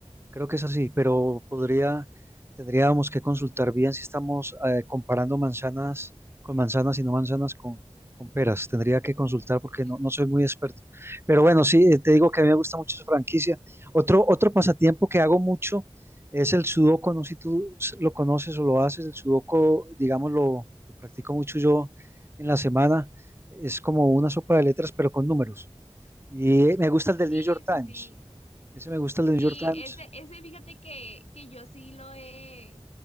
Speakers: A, on the right; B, on the left.
A: Creo que es así, pero
B: Ok.
A: podría, tendríamos que consultar bien si estamos eh, comparando manzanas con manzanas y no manzanas con, con peras. Tendría que consultar porque
B: <laughs>
A: no, no soy muy experto. Pero bueno, sí, eh, te digo que a mí me gusta mucho esa franquicia. Otro, otro pasatiempo que hago mucho es el sudoku. No sé si tú s- lo conoces o lo haces. El sudoku, digamos, lo, lo practico mucho yo en la semana. Es como una sopa de letras, pero con números. Y eh, me gusta el del
B: Sí,
A: New York Times.
B: sí, sí.
A: Ese me gusta el
B: Sí,
A: del New York Times.
B: ese, ese fíjate que, que yo sí lo he,